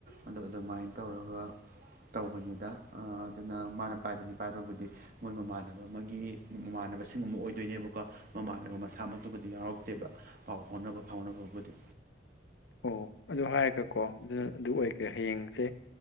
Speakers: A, on the right; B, on the left.
A: ꯑꯗꯣ ꯑꯗꯨꯃꯥꯏꯅ ꯇꯧꯔꯒ ꯇꯧꯕꯅꯤꯗ ꯑꯗꯨꯅ ꯃꯥꯅ ꯄꯥꯏꯕꯅꯤ ꯄꯥꯏꯕꯕꯨꯗꯤ ꯃꯣꯏ ꯃꯃꯥꯟꯅꯕ ꯑꯃꯒꯤ ꯃꯃꯥꯟꯅꯕꯁꯤꯡ ꯑꯃ ꯑꯣꯏꯗꯣꯏꯅꯦꯕꯀꯣ ꯃꯃꯥꯟꯅꯕ ꯃꯁꯥꯃꯛ ꯑꯗꯨꯕꯨꯗꯤ ꯌꯥꯎꯔꯛꯇꯦꯕ ꯄꯥꯎ ꯍꯣꯠꯅꯕ ꯐꯥꯎꯅꯕꯕꯨꯗꯤ
B: ꯑꯣ ꯑꯗꯨ ꯍꯥꯏꯔꯒꯀꯣ ꯑꯗꯨꯅ ꯑꯗꯨ ꯑꯣꯏꯈ꯭ꯔꯦ ꯍꯌꯦꯡꯁꯦ